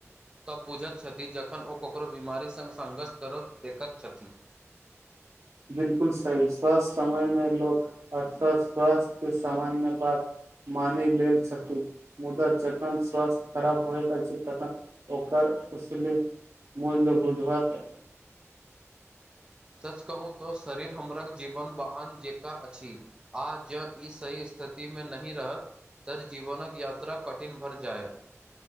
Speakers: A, on the right; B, on the right.
A: तब बुझैत छथि जखन ओ ककरो बीमारी सङ्ग संङघर्ष कर देखैत छथि
B: बिलकुल सही स्वास्थ समय मे लोक अस स्वथ्य सामान्य बात मानलेल छथी मुदा जखन स्वस्थ्य खराब होए त ततन ओकर असली मूल मुझत
A: सच कहू तऽ शरीर हमरक जीवन वाहन जकाँ अछि आ ज ई सही स्थिति मे नहिह रहत त जीवनकक यात्रा कठिन भर जाएत